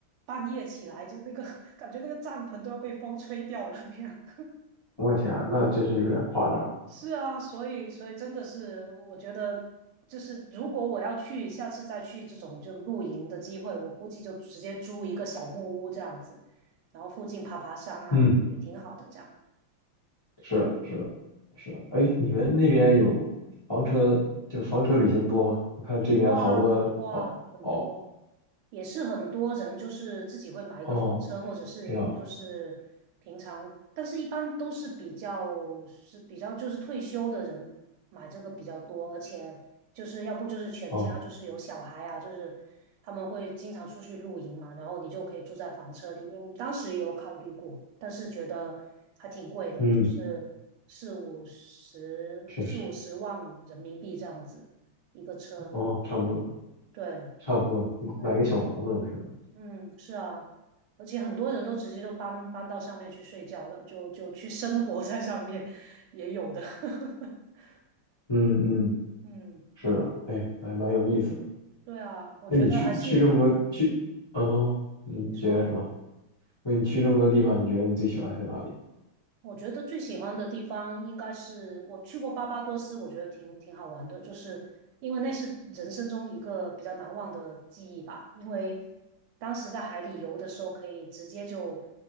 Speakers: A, on the right (about 85°); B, on the left (about 35°).
A: 半夜起来就那个 <laughs> 感觉那个帐篷都要被风吹掉了那样。
B: 我天，那真是有点夸张。
A: 是啊，所以所以真的是，我觉得就是如果我要去，下次再去这种就露营的机会，我估计就直接租一个小木屋这样子，然后附近爬爬山啊，
B: 嗯，
A: 也挺好的这样。
B: 是的，是的，是的。哎，你们那边有房车，就房车旅行多吗？我看这边好多，
A: 多啊，很多啊，
B: 哦哦
A: 很多。也是很多人就是自己会买一个房车，
B: 哦，
A: 或者是就是平常，
B: 知道，
A: 但是一般都是比较是比较就是退休的人买这个比较多，而且就是要不就是全家就是有小孩啊，
B: 哦，
A: 就是他们会经常出去露营嘛，然后你就可以住在房车里面。我们当时也有考虑过，但是觉得还挺贵的，
B: 嗯
A: 就是四五十四五十万人民币这样子一个车，
B: 确实，哦，差不多，
A: 对。
B: 差不多，嗯买个小房子了是吧
A: 嗯。嗯，是啊，而且很多人都直接就搬搬到上面去睡觉了，就就去生活在上面，也有的。<laughs>
B: 嗯嗯，
A: 嗯，
B: 是的，哎呀，还蛮有意思的。
A: 对啊，我觉得还是有。
B: 那你去去这么多去，
A: 嗯
B: 嗯哼，你觉得什么？
A: 你说，
B: 那你去这么多地方，你觉得你最喜欢是哪里？
A: 我觉得最喜欢的地方应该是我去过巴巴多斯，我觉得挺挺好玩的，就是因为那是人生中一个比较难忘的记忆吧。因为当时在海里游的时候，可以直接就